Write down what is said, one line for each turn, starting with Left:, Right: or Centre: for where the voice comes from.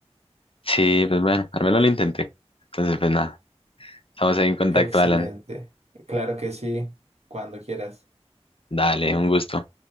Left: Sí, pues bueno, al menos lo intenté. Entonces, pues nada, estamos ahí en contacto,
Right: Excelente.
Left: Alan.
Right: Claro que sí, cuando quieras.
Left: Dale, un gusto.